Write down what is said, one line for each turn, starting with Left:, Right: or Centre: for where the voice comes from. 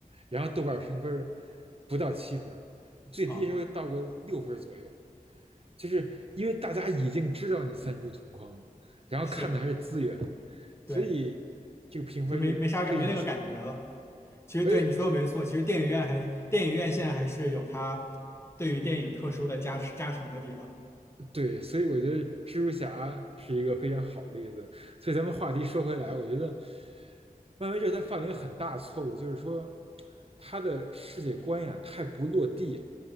Right: 然后豆瓣评分不到七分最低时候到过六分左右，
Left: 啊，
Right: 就是因为大家已经知道你三株同框了然后看的还是资源，
Left: 是，
Right: 所以这个评分就非常细。
Left: 对，就没没啥感没那个感觉了。其实对你说的没错，
Right: 而且而
Left: 其实电影院还电影院现在还是有它对于电影特殊的加持加成的地方。
Right: 对，所以我觉得蜘蛛侠是一个非常好的例子。所以咱们话题说回来，我觉得漫威这他犯了一个很大的错误，就是说他的世界观呀太不落地了。